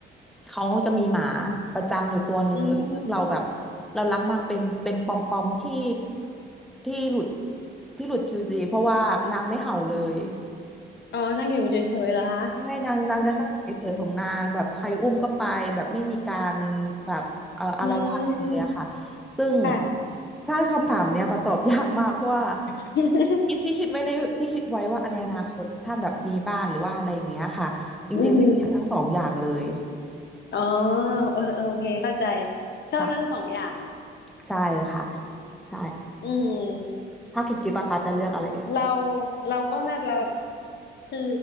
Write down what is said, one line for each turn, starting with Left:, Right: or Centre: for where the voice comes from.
Centre: เขาจะมีหมาประจำอยู่ตัวหนึ่งเลยซึ่งเราแบบ
Left: อืม
Centre: เรารักมากเป็นเป็นปอมปอมที่ที่หลุดที่หลุด QC เพราะว่านางไม่เห่าเลย
Left: อ๋อนั่งอยู่เฉยๆเหรอคะ
Centre: ไม่ใช่นางนางจะนั่งเฉยๆของนางแบบใครอุ้มก็ไปแบบไม่มีการแบบเอ่ออาละวาดอะไรเลยอะค่ะ
Left: <laughs> อืม
Centre: ซึ่ง
Left: ค่ะ
Centre: ใช่คำถามเนี้ยประตอบยากมากเพราะว่า
Left: <laughs>
Centre: คิดที่คิดไว้ในที่คิดไว้ว่าในอนาคตถ้าแบบมีบ้านหรือว่าอะไรอย่างเงี้ยค่ะจริงๆจะเลือกทั้งสองอย่างเลย
Left: อืมอ๋อเออเออโอเคเข้าใจชอบทั้งสองอย่าง
Centre: ค่ะใช่ค่ะใช่
Left: อืม
Centre: ถ้าคุณกิฟต์อะคะจะเลือกอะไรเอ่ย
Left: เราเราก็น่าจะคือ